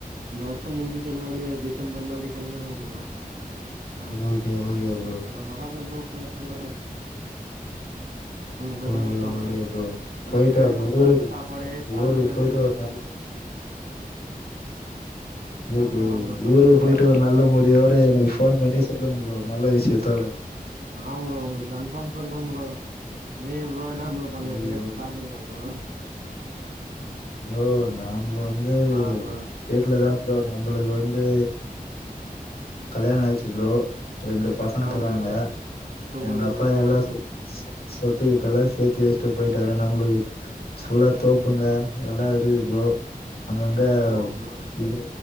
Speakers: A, on the right; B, on the left.
A: இந்த வர்ஷோ முடிசுச்சுன்னா அப்டியே டிசம்பர்ல அப்டி கெளம்பிடுவே ப்ரோ அ
B: ஓகே ஓகே ப்ரோ
A: அந்த ஆதான் என் ப்ரோ போ போய்ருக்கான் நூரூபாதா
B: ஓகே
A: குடுப்பாங்க
B: ஓகே ப்ரோ
A: எந்நேரமு
B: போயிட்டு அப்ப
A: சாப்பட
B: ஊருக்கு
A: சாப்பாடே சாப்பிடக்கிறது
B: ஊருக்கு போயிட்டு ஒரு
A: ப்ரோ
B: நல்ல
A: ஆ
B: ஓகே
A: ப்ரோ
B: ஓகே
A: ஆ ப்ரோ சொல்லு
B: ஊருக்கு
A: ப்ரோ
B: போயிட்டு வர் நல்ல முடிவோட எனக்கு போன் பண்ணி சொல்லுங்க ப்ரோ நல்ல விஷயத்தோட
A: அ ஆ ப்ரோ உங்களுக்கு கன்பார்ம் சொல்றோ ப்ரோ நீ ப்ரோ என்ன ப்ரோ பண்ணீரிங்க
B: ஓகே ஓகே
A: சாப்டிங்லா ப்ரோ
B: ப்ரோ நாம வந்து
A: ஆ ப்ரோ
B: வீட்ல தான் ப்ரோ
A: ம்
B: நம்மளுக்கு வந்து கல்யாணம் ஆயிச்சு ப்ரோ ரெண்டு பசங்கங்கிறாங்க
A: ஆ ப்ரோ சூப்பர்
B: எங்க
A: ப்ரோ
B: அப்பா
A: சூப்பர்
B: எல்லாம்
A: ப்ரோ
B: சொ சொ சொத்து கித்து எல்லாம் சேர்த்து வச்சிட்டு போயிட்டாரு நம்மளுக்கு ஃபுல்லா தோப்புங்க எல்லா இருக்கு ப்ரோ அங்கங்க
A: ஆமா ப்ரோ
B: இது